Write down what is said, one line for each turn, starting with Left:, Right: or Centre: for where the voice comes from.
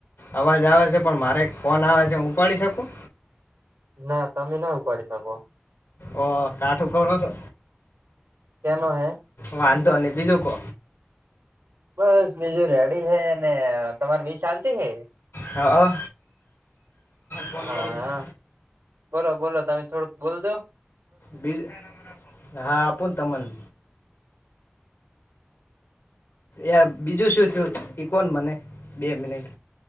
Left: અવાજ આવે છે પણ મારે એક ફોન આવે છે હું ઉપાડી શકું
Right: ના તમે ના ઉપાડી શકો
Left: ઓ કાઠું કરો છો.
Right: કનો હે.
Left: વાંધો નહી બીજું કો.
Right: બસ બીજું રેડી હૈ ને તમારે બી શાંતિ હે.
Left: હા ફોન
Right: હા.
Left: કરી દે
Right: બોલો બોલો તમે થોડુંક બોલ સો.
Left: બીજ હા આપું તમને. એ બીજું શું થયું ઇ કોન મને બે મિનિટ.